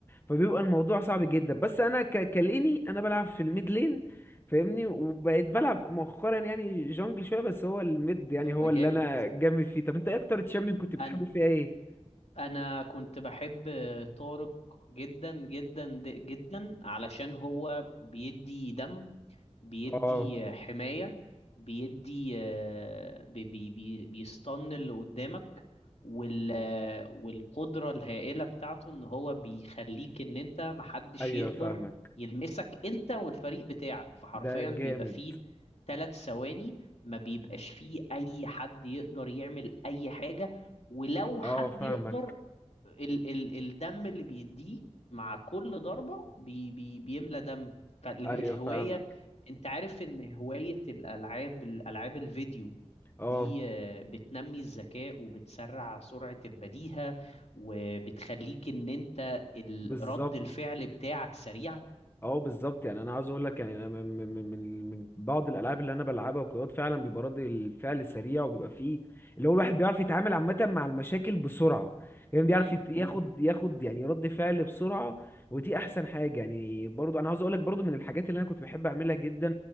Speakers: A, on the left; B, on the left.
A: فبيبقى الموضوع صعب جدا بس انا ك... كليني انا بلعب في الميد لين فاهمني وبقيت بلعب مؤخرا يعني جونجل شوية بس هو الميد يعني
B: طب
A: هو
B: ده جامد
A: اللي انا جامد فيه طب انت ايه اكتر تشامبيون كنت بتحبه
B: انا
A: فيها ايه
B: انا كنت بحب طارق جدا جدا جدا علشان هو بيدي دم بيدي
A: اه
B: حماية بيدي آه، بي بي بي بيستن اللي قدامك وال آه، والقدرة الهائلة بتاعته ان هو بيخليك ان انت محدش
A: ايوه
B: يقدر
A: فاهمك
B: يلمسك انت والفريق بتاعك فحرفيا
A: ده
B: بيبقى
A: جامد
B: فيه ثلاث ثواني ما بيبقاش فيه اي حد يقدر يعمل اي حاجة ولو حد
A: اه فاهمك
B: يقدر ال ال الدم اللي بيديه مع كل ضربة بي بي بيملى دم فالهواية
A: ايوه فاهمك
B: <laughs> انت عارف ان هواية الالعاب الالعاب الفيديو
A: اه
B: دي آه، بتنمي الذكاء وبتسرع سرعة البديهة وبتخليك ان انت ال-
A: بالظبط
B: رد الفعل بتاعك سريع
A: اه بالظبط يعني انا عاوز اقول لك يعني انا من من من من من بعض الالعاب اللي انا بلعبها وكده فعلا بيبقى رد الفعل سريع وبيبقى فيه اللي هو الواحد بيعرف يتعامل عامه مع المشاكل بسرعه يعني بيعرف
B: امم
A: يت- ياخد
B: امم
A: ياخد يعني رد فعل بسرعه ودي احسن حاجه يعني برضو انا عاوز اقول لك برضو من الحاجات اللي انا كنت بحب اعملها جدا